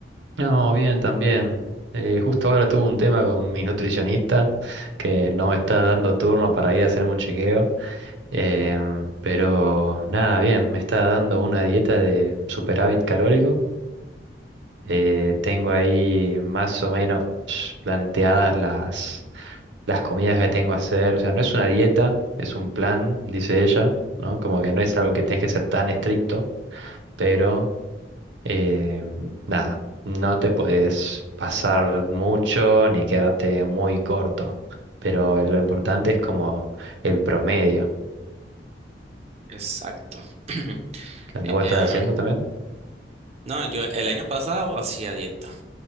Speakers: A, on the right (about 80°); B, on the right (about 35°).
A: No, bien, también. Eh, justo ahora tuve un tema con mi nutricionista que no me está dando turno para ir a hacerme un chequeo, em, pero nada, bien, me está dando una dieta de superávit calórico. Eh, tengo ahí más o menos planteadas las las comidas que tengo a hacer, o sea, no es una dieta, es un plan, dice ella, ¿no? Como que no es algo que tenés que ser tan estricto, pero eh, nada, no te podés pasar mucho ni quedarte muy corto, pero lo importante es como el promedio.
B: Exacto. <clears throat>
A: ¿Qué onda vos estás
B: Em,
A: haciendo también?
B: no, yo el año pasado hacía dieta.